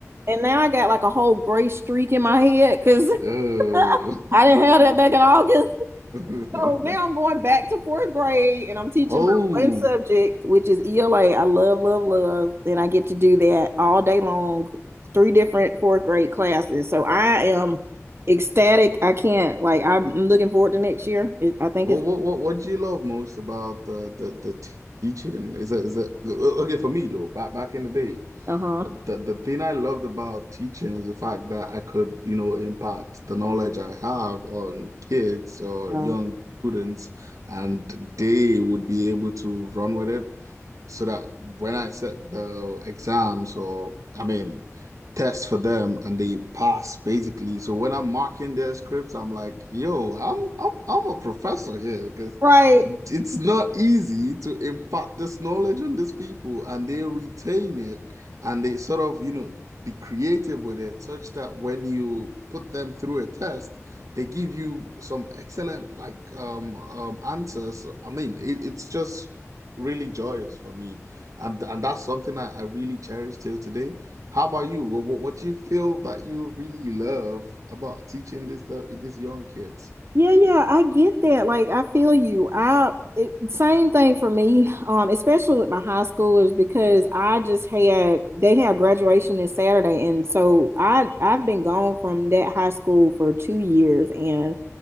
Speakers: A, on the right (about 50°); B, on the right (about 80°).
A: and now I got like a whole gray streak in my head because
B: Oh.
A: <laughs> I didn't have that back in August.
B: <laughs>
A: So now I'm going back to fourth grade and I'm teaching
B: Oh.
A: my one subject, which is ELA. I love, love, love. And I get to do that all day long, three different fourth grade classes. So I am ecstatic. I can't, like, I'm I'm looking forward to next year. It, I think
B: Well,
A: it's,
B: what what what do you love most about the the the teaching? Is it is it okay for me though? Back back in the day,
A: uh-huh.
B: The the thing I loved about teaching is the fact that I could, you know, impact the knowledge I have on kids or
A: Uh,
B: young students, and they would be able to run with it so that when I set the exams or I mean tests for them and they pass basically. So when I'm marking their scripts, I'm like, yo, I'm I'm I'm a professor here because
A: right.
B: it's not easy to impart this knowledge on these people and they retain it and they sort of, you know, be creative with it such that when you put them through a test, they give you some excellent like um um answers. I mean, it, it's just really joyous for me, and and that's something I, I really cherish till today. How about you? What, what what do you feel that you really love about teaching this the, these young kids?
A: Yeah, yeah, I get that. Like, I feel you. I it, same thing for me, um, especially with my high schoolers because I just had they had graduation this Saturday, and so I I've been gone from that high school for two years, and